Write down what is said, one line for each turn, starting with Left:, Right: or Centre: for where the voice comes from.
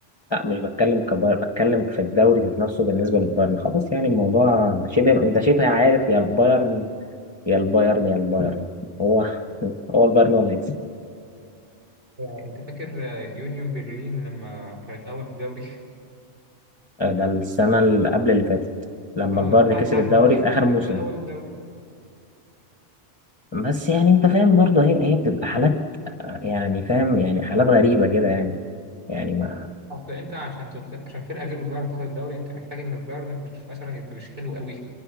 Left: لا مش بتكلم كبايرن بتكلم في الدوري ذات نفسه بالنسبه للبايرن خلاص يعني الموضوع شبه انت شبه عارف يا البايرن يا البايرن يا البايرن هو هو البايرن هو اللي هيكسب
Right: يعني انت فاكر آه، يونيون برلين لما كانت اول في الدوري
Left: آه، ده السنه اللي قبل اللي فاتت
Right: <laughs>
Left: لما
Right: اه
Left: البايرن
Right: قعد-
Left: كسب
Right: قعدت
Left: الدوري
Right: لها فترة
Left: في اخر موسم
Right: كده اول الدوري
Left: بس يعني انت فاهم برضه هي هي بتبقى حالات آه، يعني فاهم يعني حالات غريبه كده يعني يعني ما
Right: اصل انت عشان تبقى... عشان فرقة غير البايرن تاخد الدوري انت محتاج ان البايرن مش مثلا يبقى مش حلو قوي